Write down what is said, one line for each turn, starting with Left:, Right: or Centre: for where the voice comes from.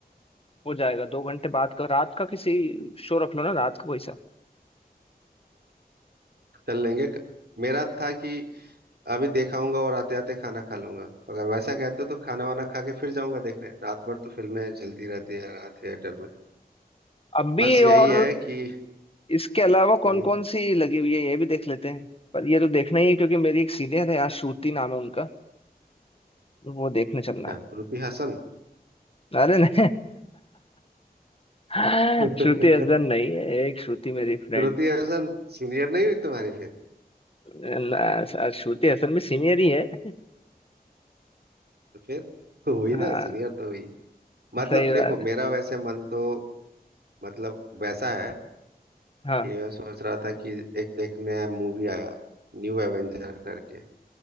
Left: हो जाएगा दो घंटे बाद का रात का किसी शो रख लो ना रात का कोई सा
Right: चल लेंगे मेरा था कि अभी देखाऊंगा और आते आते खाना खा लूंगा अगर वैसा कहते हो तो खाना वाना खा के फिर जाऊंगा देखने रात भर तो फिल्में चलती रहती है यहाँ थिएटर में
Left: अभी
Right: बस यही
Left: और
Right: है कि
Left: इसके अलावा कौन
Right: हम्म
Left: कौन सी लगी हुई है ये भी देख लेते हैं पर ये तो देखना ही है क्योंकि मेरी एक सीनियर है यहाँ श्रुति नाम है उनका वो देखने चलना
Right: क्या
Left: है
Right: श्रुति हसन
Left: अरे नहीं <laughs>
Right: <laughs>
Left: श्रुति हसन नहीं है एक श्रुति मेरी फ्रेंड
Right: श्रुति हसन सीनियर नहीं हुई तुम्हारी फिर
Left: ना, श्रुति हसन भी सीनियर ही है
Right: तो फिर तो हुई
Left: हाँ
Right: ना सीनियर तो हुई मतलब
Left: सही
Right: देखो
Left: बात है
Right: मेरा वैसे मन तो मतलब वैसा है
Left: हाँ
Right: कि मैं सोच रहा था कि एक एक नया मूवी आया न्यू एवेंजर करके